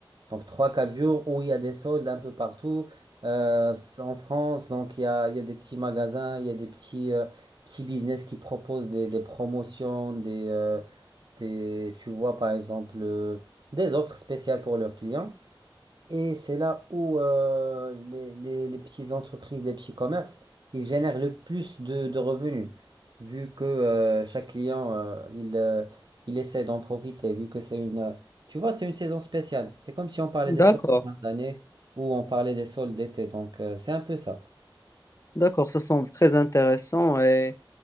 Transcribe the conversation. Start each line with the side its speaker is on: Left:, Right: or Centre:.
Right: Donc trois quatre jours où il y a des soldes un peu partout. Euh, en France, donc il y a, il y a des petits magasins, il y a des petits, euh, petits business qui proposent des, des promotions, des, euh, des, tu vois par exemple, euh, des offres spéciales pour leurs clients. Et c'est là où euh, les, les- les petites entreprises, les petits commerces, ils génèrent le plus de, de revenus, vu que euh, chaque client, euh, il, euh, il essaie d'en profiter, vu que c'est une... euh, tu vois, c'est une saison spéciale. C'est comme si on parlait des
Left: D'accord.
Right: soldes de fin d'année ou on parlait des soldes d'été. Donc, euh, c'est un peu ça.
Left: D'accord, ça semble très intéressant et